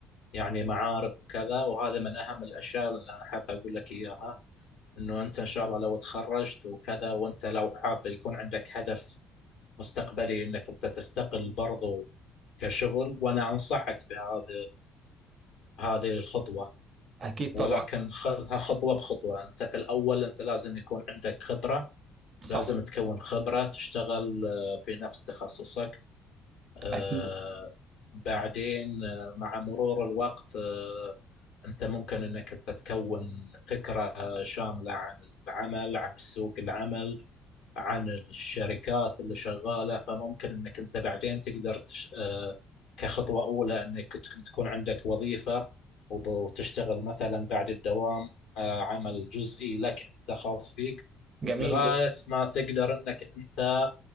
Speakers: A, on the left; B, on the right.
A: يعني معارف وكذا وهذا من أهم الأشياء اللي أنا حاب أقول لك إياها إنه أنت إن شاء الله لو تخرجت وكذا وأنت لو حاب يكون عندك هدف مستقبلي انك انت تستقل برضو كشغل وانا انصحك بهذه هذه الخطوه
B: اكيد
A: ولكن
B: طبعا
A: خذها خطوه بخطوه انت في الاول انت لازم يكون عندك خبره
B: صح
A: لازم تكون خبره تشتغل آه، في نفس تخصصك آه،
B: اكيد
A: بعدين آه، مع مرور الوقت آه، انت ممكن انك انت تكون فكره آه، شامله عن العمل عن سوق العمل عن الشركات اللي شغالة فممكن انك انت بعدين تقدر تش... آه، كخطوة اولى انك تك- تكون عندك وظيفة وب- وتشتغل مثلا بعد الدوام آه، عمل جزئي لك انت خاص فيك
B: جميل
A: لغاية
B: جدا
A: ما تقدر انك انت